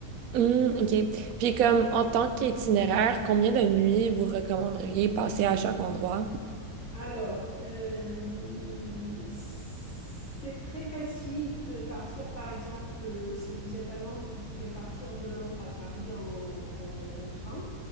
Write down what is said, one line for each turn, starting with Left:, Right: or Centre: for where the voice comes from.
Right: mhm, OK. Puis comme en tant qu'itinéraire, combien de nuits vous recommanderiez passer à chaque endroit?
Left: Alors, euh, c'est très facile de partir, par exemple, euh, si vous êtes à Londres, vous pouvez partir de Londres à Paris en, en en train.